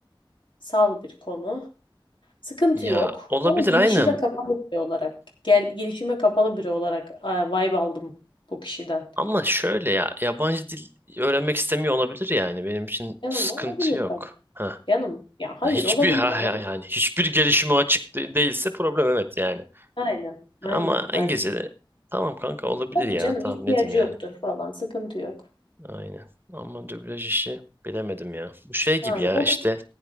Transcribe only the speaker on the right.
Ya
olabilir
aynen.
Ama şöyle ya yabancı dil öğrenmek istemiyor olabilir yani. Benim için
sıkıntı
yok.
Ha.
Hiçbir
ha,
ha- yani hiçbir gelişime açık de- değilse problem evet yani.
Ama
İngilizce'de tamam kanka olabilir
ya.
Tamam
ne diyeyim
yani.
Aynen. Ama dublaj işi bilemedim ya. Bu şey gibi
ya
işte